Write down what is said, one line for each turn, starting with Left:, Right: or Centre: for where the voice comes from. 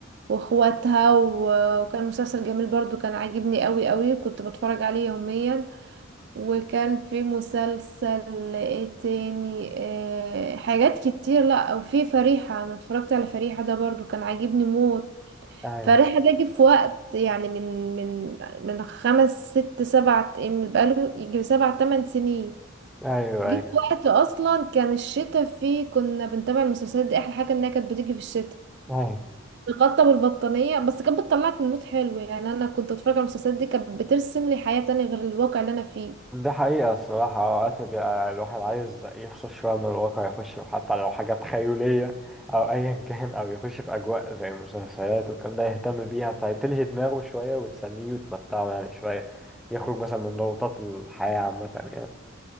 Right: واخواتها و- وكان مسلسل جميل برضو كان عاجبني قوي قوي كنت بتفرج عليه يوميا وكان في مسلسل ايه تاني آه حاجات كتير لا او في فريحة انا اتفرجت على فريحة ده برضو كان عاجبني موت
Centre: ايوه
Right: فريحة ده جه في وقت يعني من من من خمس ست سبع من بقاله يجي سبع تمن سنين
Centre: ايوه
Right: جه
Centre: ايوه
Right: في وقت اصلا كان الشتاء فيه كنا بنتابع المسلسلات دي احلى حاجة انها كانت بتيجي في الشتاء
Centre: ايوه
Right: تغطى بالبطانية بس كانت بتطلعك من مود حلو يعني انا كنت اتفرج على المسلسلات دي كانت بترسم لي حياة تانية غير الواقع اللي انا فيه
Centre: ده حقيقة الصراحة اوقات بيبقى الواحد عايز يفصل شوية من الواقع يخش في حتى لو حاجة تخيلية او ايا <laughs> كان او يخش في اجواء زي المسلسلات والكلام ده يهتم بيها فتلهي دماغه شوية وتسليه وتمتعه يعني شوية يخرج مثلا من ضغوطات الحياة عامة يعني